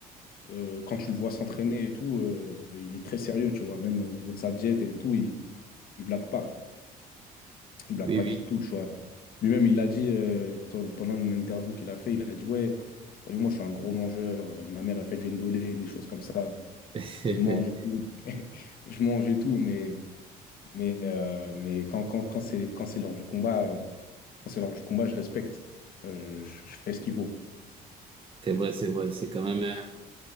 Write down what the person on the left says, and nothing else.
Euh, quand tu le vois s'entraîner et tout, euh, il est très sérieux, tu vois, même au niveau de sa diète et tout, il il blague pas. Il blague
pas
du tout, tu vois. Lui-même, il l'a dit euh, t- pendant une interview qu'il a fait, il a dit, ouais, t'as vu, moi, je suis un gros mangeur, euh, ma mère, elle fait du ndolé, des choses comme ça,
je mange et tout. <laughs> Je mange et tout, mais... Mais, euh, mais quand, quand, quand c'est, quand c'est l'heure du combat, euh, quand c'est l'heure du combat, je respecte. Euh, Je, je- je fais ce qu'il faut.